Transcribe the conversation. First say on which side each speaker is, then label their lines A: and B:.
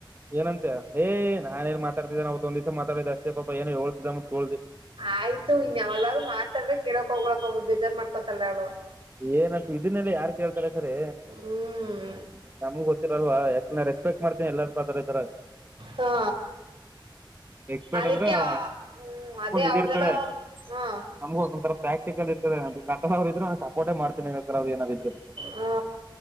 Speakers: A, on the right; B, on the right.
A: ಏನಂತೆ ಏ ನಾನ ಏನ್ ಮಾತಾಡತಿದೇನ ಅವತ್ ಒಂದ ದಿವಸ ಮಾತಾಡಿದೆ ಅಷ್ಟೇ ಪಾಪ ಏನೋ ಹೋಳ್ತಿದ ಅಂದಬಿಟ್ಟು ಕೇಳ್ದೆ
B: ಆಯ್ತು ಇನ್ ಯಾವಾಗ್ಲಾದ್ರು ಮಾತಾಡ್ರೆ ಕೇಳಕ್ ಹೋಗಳಪ್ಪ ಬೇಜಾರ್ ಮಾಡ್ಕೊತಾಳೆ ಅವಳು
A: ಏನಂತ ಇದನ್ನೆಲ್ಲ ಯಾರ್ ಕೇಳ್ತಾರೆ ಸರಿ
B: ಹ್ಮ್
A: ನಮಗು ಗೊತ್ತ <unintelligible> ಅಲ್ವಾ ಯಕೆ ರೆಸ್ಪೆಕ್ಟಮಾಡ್ತಿನೆ ಎಲ್ಲರ ಪತರ <unintelligible>
B: ಹಾ
A: ರೆಸ್ಪೆಕ್ಟ್
B: ಅದಕ್ಕೆ
A: ಅಂದ್ರ
B: ಆ-
A: <unintelligible>
B: ಹ್ಮ್
A: ನಮ್ಗೊಂದು
B: ಅದೇ
A: ಇದ
B: ಅವ್ರದೆಲ್ಲ
A: ಇರ್ತದೆ
B: ಹಾ
A: ನಮ್ಗೊಂದ ಒಂತರ ಪ್ರಾಕ್ಟಿಕಲ್ ಇರ್ತದೆ ಆಟೋನಾಮಸ್ ಇದ್ರೆ ಸಾ ಕೋಟೆ ಮಾಡ್ತೀನಿ ಹದು ಏನಾದ್ರ ಇದ್ರ
B: ಹಾ